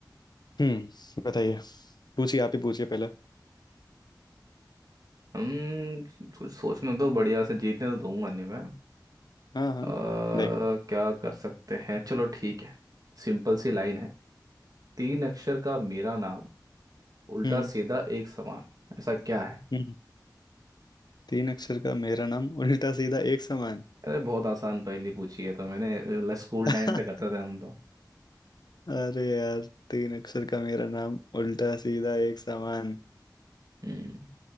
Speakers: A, on the left; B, on the right.
A: हम्म बताइए पूछिए आप ही पूछिए पहले
B: हम कुछ सोचने तो बढ़िया से जीतने तो दूंगा नहीं मैं
A: हाँ हाँ
B: अ,
A: देखते हैं।
B: क्या कर सकते हैं चलो ठीक है सिंपल सी लाइन है तीन अक्षर का मेरा नाम उल्टा
A: हम्म
B: सीधा एक समान ऐसा क्या है
A: हम्म। तीन अक्षर का मेरा नाम उल्टा सीधा एक समान
B: अरे बहुत आसान पहेली पूछी है तो मैंने मतलब स्कूल
A: <laughs>
B: टाइम पे करते थे हम तो
A: अरे यार तीन अक्षर का मेरा नाम उल्टा सीधा एक समान
B: हम्म